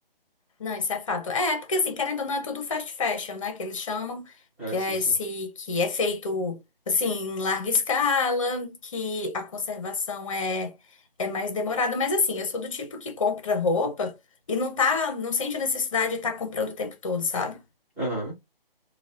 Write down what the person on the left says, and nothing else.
Não, isso é fato. É, porque assim, querendo ou não, é tudo fast fashion, né? Que eles chamam,
que
é
esse, que é feito assim, em larga escala, que a conservação é, é mais demorada. Mas assim, eu sou do tipo que compra roupa e não tá, não sente a necessidade de estar comprando o tempo todo, sabe?